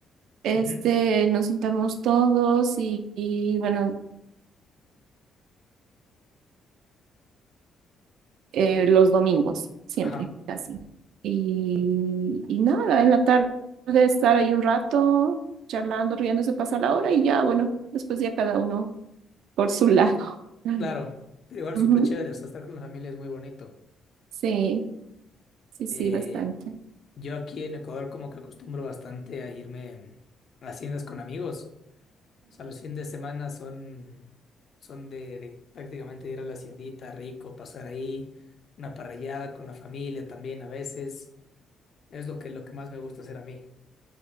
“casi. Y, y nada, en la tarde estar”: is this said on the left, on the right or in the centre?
Right